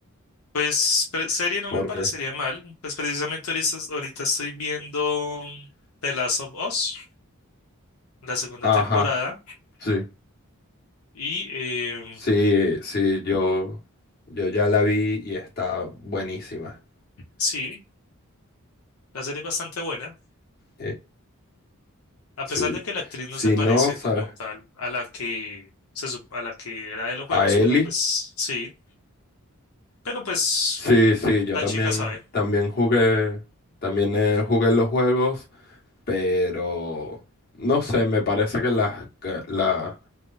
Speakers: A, on the left; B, on the left.
A: Pues pre- serie no
B: Porque,
A: me parecería mal. Pues precisamente ahorita, ahorita estoy viendo The Last of Us, la segunda
B: ajá,
A: temporada.
B: sí.
A: Y eh,
B: Sí, sí, yo, yo ya la vi y está buenísima.
A: sí, la serie es bastante buena,
B: Eh,
A: a
B: sí.
A: pesar de que la actriz
B: Si
A: no se parece
B: no, ¿sabes?
A: como tal a la que, se, sup- a la que era de los juegos,
B: A Eli.
A: pero pues sí, pero pues
B: Sí, sí, yo
A: la
B: también,
A: chica sabe,
B: también jugué, también eh, jugué los juegos, pero no sé, me parece que las, que la,